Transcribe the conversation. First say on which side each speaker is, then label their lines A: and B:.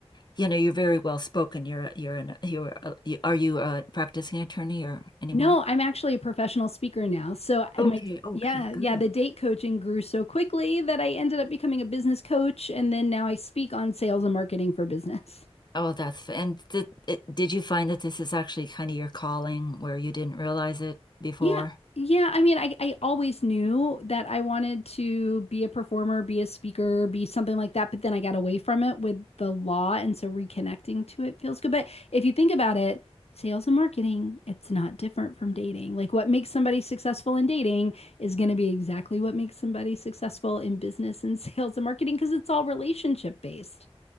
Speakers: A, on the left (about 45°); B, on the left (about 75°).
A: you know you're very well spoken. You're you're an you're uh, you, are you a practicing attorney or anymore?
B: No, I'm actually a professional speaker now. So I-
A: Okay,
B: my
A: okay,
B: yeah, yeah,
A: good.
B: the date coaching grew so quickly that I ended up becoming a business coach and then now I speak on sales and marketing for business.
A: Oh, that's f- and did it, did you find that this is actually kind of your calling where you didn't realize it before?
B: Yeah. Yeah. I mean, I, I always knew that I wanted to be a performer, be a speaker, be something like that. But then I got away from it with the law. And so reconnecting to it feels good. But if you think about it, sales and marketing, it's not different from dating. Like what makes somebody successful in dating is going to be exactly what makes somebody successful in business and <laughs> sales and marketing because it's all relationship based.